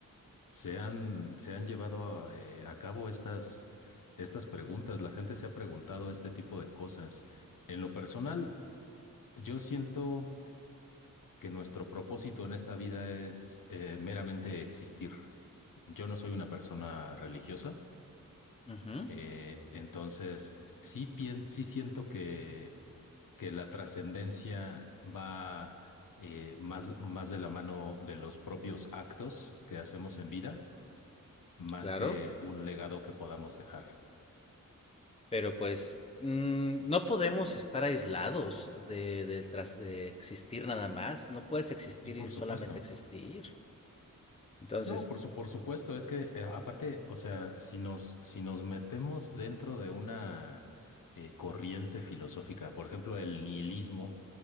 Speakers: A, on the left; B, on the left.
A: Se han, se han llevado a, eh, a cabo estas, estas preguntas. La gente se ha preguntado este tipo de cosas. En lo personal, yo siento... que nuestro propósito en esta vida es eh, meramente existir. Yo no soy una persona religiosa,
B: Uh -huh,
A: eh, entonces sí, pien- sí siento que, que la trascendencia va eh, más, más de la mano de los propios actos que hacemos en vida, más
B: claro.
A: que un legado que podamos dejar.
B: Pero pues mm, no podemos estar aislados de, de tras- de existir nada más. No puedes existir
A: Sí, por
B: y solamente
A: supuesto.
B: existir. Entonces,
A: No, por su- por supuesto, es que eh, aparte, o sea, si nos, si nos metemos dentro de una eh, corriente filosófica, por ejemplo, el nihilismo,